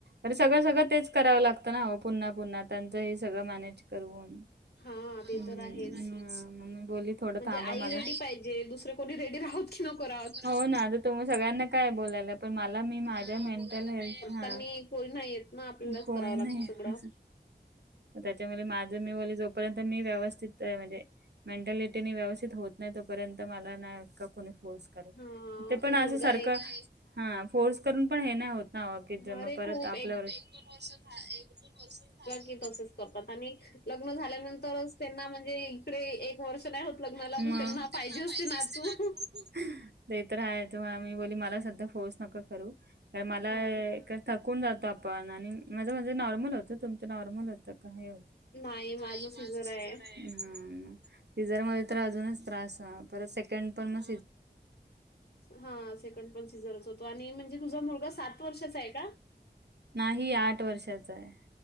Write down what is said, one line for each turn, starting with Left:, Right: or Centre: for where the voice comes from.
Right: अरे सगळं सगळं तेच करावं लागतं ना हो पुन्हा पुन्हा त्यांचं हे सगळं मॅनेज करून.
Left: हां, ते
Right: हम्म
Left: तर आहेच.
Right: हम मग मी बोलली थोडं
Left: म्हणजे
Right: थांबा
Left: आई
Right: मला.
Left: रेडी पाहिजे. दुसरे कोणी रेडी राहोत की नको राहोत.
Right: हो ना तुम सगळ्यांना काय बोलायला पण मला मी माझ्या मेंटल हेल्थ.
Left: त्यांनी कोोल नाही येत ना आपल्यालाच
Right: कोणी
Left: करावं लागतं
Right: नाही
Left: सगळं.
Right: त्याच्यामुळे माझ मी जोपर्यंत मी व्यवस्थित म्हणजे. मेंटॅलिटी व्यवस्थित होत नाही तोपर्यंत मला नाही का कोणी फोर्स.
Left: हां,
Right: ते पण अस
Left: मुलगा
Right: सार
Left: आहे.
Right: हा फोर्स करून पण हे. ना अग ज मग
Left: अरे
Right: परत
Left: खूप
Right: आपल्यावर द वर्ष दोन वर्ष झा
Left: तात लग् झाल्यानंतर त्यांना म्हणजे इडे एक वर्ष नाही होत लग्नाला
Right: हम्म
Left: पण
Right: मग
Left: त्यां पाहिजे असते ना तू.
Right: ते तर आहे ते आ मी बोली मला सध्या फोळस नको करू कारण मला
Left: हां.
Right: एक थकून जातो आपण आणि माझं म्हणजे नॉर्मल होतं तुमचं नॉर्मल होतं का हे होतं.
Left: नाही माझं
Right: माझर
Left: सिझर आहे.
Right: आहे सीझर मध्ये तर अजूनच त्रास परत सेकंड पण म
Left: हा सेकंड पण सिझर होतो आणि म्हणजे तुझा मुलगा सात वर्षाचा आहे का.
Right: नाही आठ वर्षाच आहे.